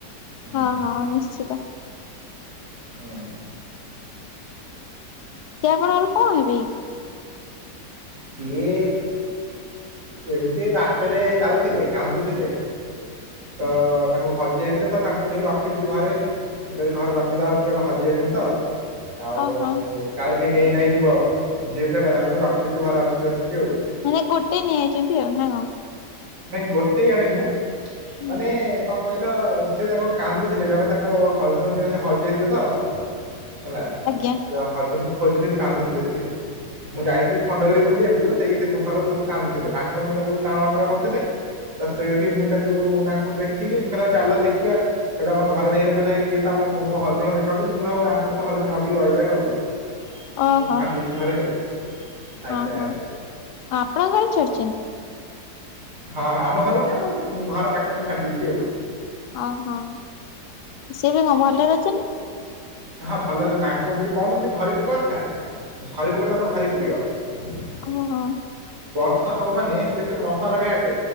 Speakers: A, on the right; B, on the left.
A: ହୁଁ
B: ହଁ ହଁ ନିଶ୍ଚିତ।
A: ହୁଁ।
B: ସିଏ ଆପଣଙ୍କର କଣ ହେବେ?
A: ସିଏ ଏମିତି ବାଟରେ ଯାଉଥିଲେ କାନ୍ଦୁଥିଲେ। ତ ତାଙ୍କୁ ହଜି ଯାଇଥିଲେ ତ ତାଙ୍କୁ ନେଇକି ରଖିଦେବି ଘରେ। ମୁଁ କଇଲି ଘରେ ରଖିଦବା ଛୁଆଟା ହଜି ଯାଇଛନ୍ତି ତ। ଆଉ
B: ଓହୋ
A: କାଳେ କିଏ ନେଇ ନାଇଁ ଯିବ ଝିଅ ପିଲାଟା ତାକୁ ନେଇ ରଖିଦେବି ଘରେ ଅଛୁ ଯେତିକି ଆଉ।
B: ମାନେ ଗୋଟେ ନେଇଆଯାଇଚନ୍ତି ଆଉ ନା କଣ?
A: ନାଇଁ ଗୋଟେ ଆଣିନୁ
B: ହୁଁ
A: ମାନେ କଣ କହିଲ ସେ ତାଙ୍କୁ କାନ୍ଦୁଥିଲେ ଜଣେ ତାଙ୍କ ହଜବେଣ୍ଡ ଜଣେ ସେ ହଜିଯାଇଥିଲେ ତ ହେଲା
B: ଆଜ୍ଞା
A: ତ ହଜବେଣ୍ଡ କୁ ଖୋଜି ଖୋଜି କାନ୍ଦୁଥିଲେ ସିଏ। ମୁଁ ଯାଇଥିଲି ଖଣ୍ଡଗିରି ବୁଲିବାକୁ ସେଇ ସେ ଗୁମ୍ଫା <unintelligible> ବସି କାନ୍ଦୁଥିଲେ ବାଙ୍କ ମାନେ ତାକୁ ଟାଣ ଓଟରା କରୁ ଥିଲେ ତ ସେଇଠି ମୁଁ ତାକୁ ତାଙ୍କୁ ଦେଖିଲି ମୁଁ କହିଲି ହଉ ଚାଲ ଦେଖିବା ସେଇଟା ଆମ ଘରେ ଦେଖି କହିଲ ଇଏ ତମ ମୋ ହଜବେଣ୍ଡ ଦେଖା ଯାଉଛନ୍ତି କହିଲ ହଉ ଆଙ୍କୁ ତମ ହଜ ଭାବିକି ରହିଜାଅ ଆଉ।
B: ଓହୋ
A: ତାକୁ ଛାଡି ଦେଇଛି ଘରେ ଆଉ। ଆଜ୍ଞା
B: ହଁ ହଁ
A: ଆଜ୍ଞା।
B: ଆପଣ କଣ ଛଡିଛନ୍ତି?
A: ହଁ ହଁ ଆମ ଘର ମାନେ ଆ ଘର ପାଖରେ ଛାଡ଼ି ଦେଇଛି ଆଉ।
B: ଓହୋ ସିଏ ବି କଣ ଭଲରେ ଅଛନ୍ତି?
A: ତା ଭଲ ଅଛନ୍ତି ତାଙ୍କ ମୁଁ ଯଉ କଣଥିଲି ଝରିପୁକା କଥା ଝରିପୁକା କଥା ତାଙ୍କ ଭାରି ପ୍ରିୟ। <unintelligible>
B: ଓହୋ।
A: ବର୍ଷା ହବ ମାନେ ସେ ମଶାର ବେଟ